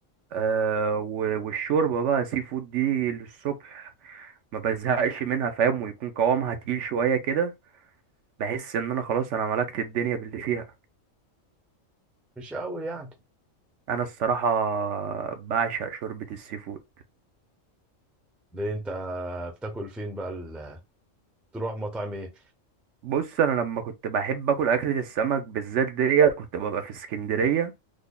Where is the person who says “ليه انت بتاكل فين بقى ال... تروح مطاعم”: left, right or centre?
Centre